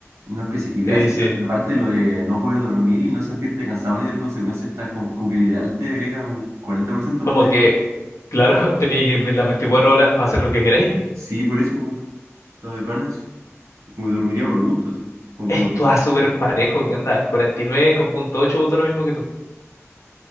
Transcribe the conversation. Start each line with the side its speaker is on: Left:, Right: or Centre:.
Right: No especifica
Left: Sí,
Right: eso,
Left: sí.
Right: y aparte lo de no poder dormir y no sentirte cansado ni tener consecuencias, está como, como que literal te agrega un 40%
Left: Como
Right: más de...
Left: que, claro, <laughs> tenéis las 24 horas para hacer lo que queráis.
Right: Sí, por eso, todo de pan eso. Como que dormiría por gusto, sí. Como
Left: Esto
Right: por...
Left: es súper parejo, ¿qué onda? cuarenta y nueve coma ocho voto lo mismo que tú.